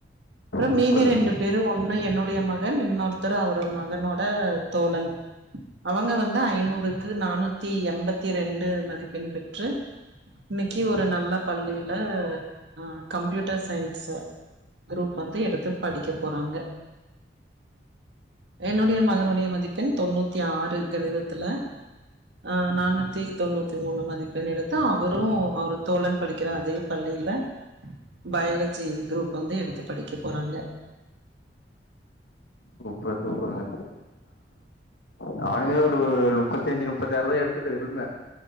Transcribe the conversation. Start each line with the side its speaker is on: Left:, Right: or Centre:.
Right: அப்பறம்
Left: சூப்பருங்க
Right: மீதி ரெண்டு பேர் ஒண்ணு என்னுடைய மகன் இன்னொருத்தர் அவரு மகனோட தோழன் அவங்க வந்து ஐநூறுக்கு நானூத்தி எம்பத்தி ரெண்டு மதிப்பெண் பெற்று இன்னைக்கி ஒரு நல்ல பள்ளியில அ கம்யூட்டர் சயின்ஸ் குரூப் வந்து எடுத்து படிக்கப் போறாங்க என்னுடைய மகனுடைய மதிப்பெண் தொண்ணூத்தி ஆறு கணிதத்துல ஆ நானூத்தி தொண்ணூத்தி மூணு மதிப்பெண் எடுத்து அவரு அவரு தோழன் படிக்குற அதே பள்ளியில பயாலஜி குரூப் வந்து எடுத்து படிக்க போறாங்க.
Left: சூப்பர் சூப்பருங்க. நானுமே ஒரு முப்பத்தஞ்சு நுப் முப்பத்தி ஆறுதா எடுத்துட்டு இருந்தே